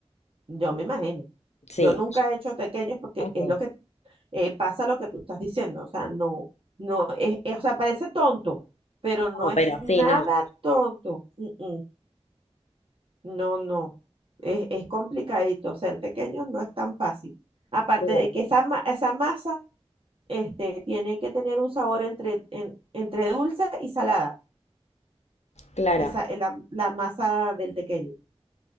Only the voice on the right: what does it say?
Yo me imagino.
Yo nunca he hecho tequeños porque
es lo que eh, pasa lo que tú estás diciendo. O sea, no, no es, es- o sea, parece tonto, pero no
es
nada
tonto. Mm, mm. No, no. Es, es complicadito. Ser tequeños no es tan fácil. Aparte
de que esa, ma- esa masa este, tiene que tener un sabor entre, en- entre dulce y salada.
Esa, eh, la, la masa del tequeño.